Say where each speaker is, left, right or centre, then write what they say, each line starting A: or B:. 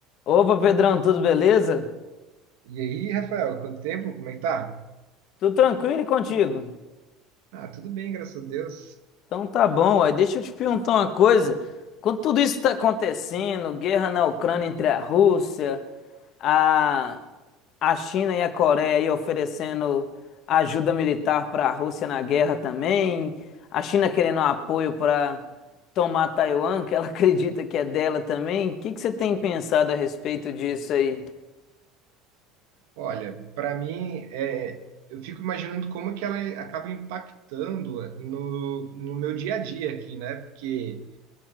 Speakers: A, on the left (about 40°); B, on the right (about 75°).
A: Opa, Pedrão, tudo beleza?
B: E aí, Rafael, quanto tempo? Como é que tá?
A: Tudo tranquilo e contigo?
B: Ah, tudo bem, graças a Deus.
A: Então tá bom, aí deixa eu te perguntar uma coisa. Quando tudo isso tá acontecendo, guerra na Ucrânia entre a Rússia, a, a China e a Coreia aí oferecendo ajuda militar para a Rússia na guerra também, a China querendo apoio para tomar Taiwan, que ela <laughs> acredita que é dela também. O que que você tem pensado a respeito disso aí?
B: Olha, para mim, é, eu fico imaginando como é que ela acaba impactando no, no meu dia a dia aqui, né? Porque